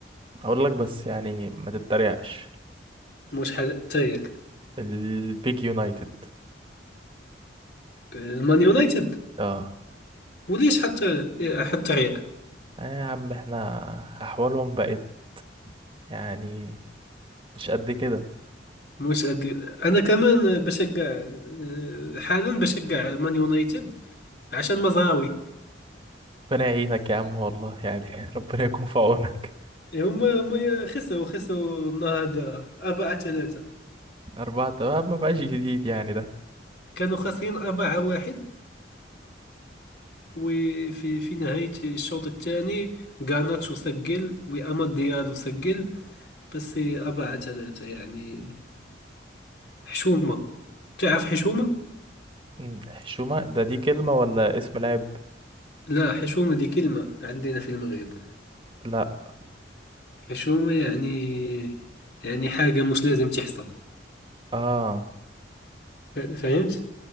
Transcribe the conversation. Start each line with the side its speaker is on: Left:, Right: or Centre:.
Right: اقول لك بس يعني ما تتريقش
Left: مش حتى
Right: البيج يونايتد
Left: المان يونايتد
Right: اه
Left: وليش حتى حتى ريال
Right: آه يا عم احنا احوالهم بقت يعني مش قد كده
Left: مش أدي... انا كمان بشجع آه، حالا بشجع مان يونايتد عشان مزراوي
Right: ربنا يعينك يا عم والله يعني <laughs> ربنا يكون في عونك
Left: هما هما خسروا خسروا النهارده 4 3
Right: أربعة آه، ما بقاش جديد يعني ده
Left: كانوا خاسرين 4 1 وفي في نهاية الشوط الثاني غارناتشو سجل وأماد ديالو سجل بس أربعة ثلاثة يعني حشومة تعرف حشومة؟
Right: مم، حشومة ده دي كلمة ولا اسم لاعب
Left: لا حشومة دي كلمة عندنا في المغرب
Right: لا
Left: حشومة يعني يعني حاجة مش لازم تحصل
Right: اه
Left: ف- فهمت؟